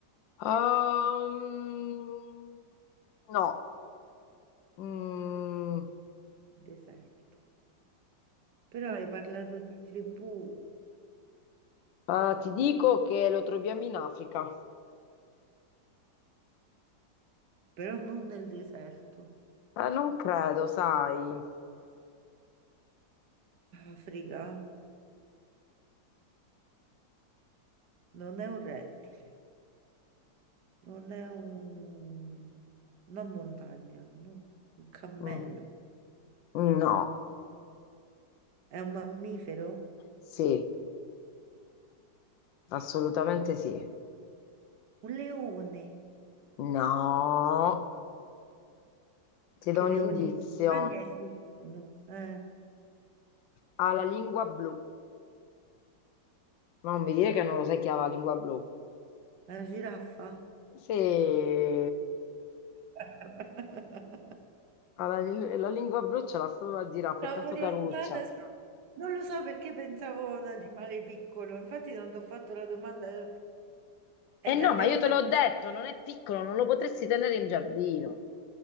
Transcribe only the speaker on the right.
Deserto. Però hai parlato di tribù,
però non nel deserto.
Africa non è un rettile, non è un... non montagna, no, un cammello.
È un mammifero?
Eh.
Un leone,
perché
leoni
di montagna esistono. Eh,
una giraffa?
<laughs>
Stavo
orientata
su- Non lo so perché pensavo a un animale piccolo, infatti non ti ho fatto la domanda È,
la-
è
una...